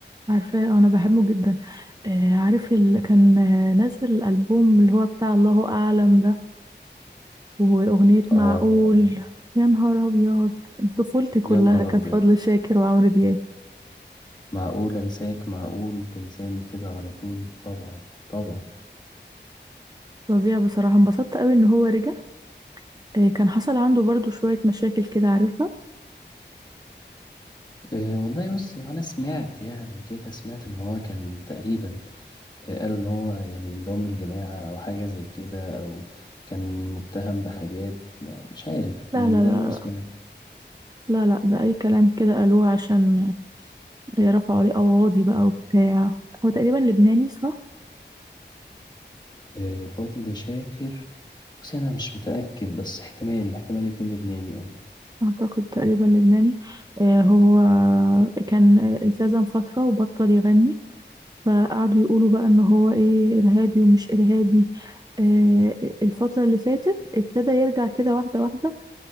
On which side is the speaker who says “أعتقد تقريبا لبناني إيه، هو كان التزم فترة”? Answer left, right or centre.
Right